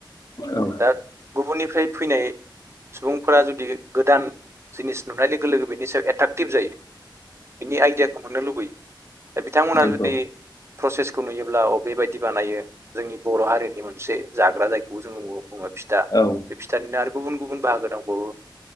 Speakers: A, on the left; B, on the right.
A: औ
B: दा गुबुननिफ्राय फैनाय सुबुंफोरा जुदि गोदान जिनिस नुनाय लोगो लोगो बेनि सायाव एट्राकटिभ जायो बिनि आइडियाखौ मोननो लुबैयो दा बिथांमोना
A: नंगौ
B: जुदि प्रसेसखौ नुयोब्ला अ बेबायदि बिदि बानायो जोंनि बर' हारिनि मोनसे जाग्रा जायखौबो जोङो बुङो फिथा
A: औ
B: फिथानिनो आरो गुबुन गुबुन बाहागो दंबावो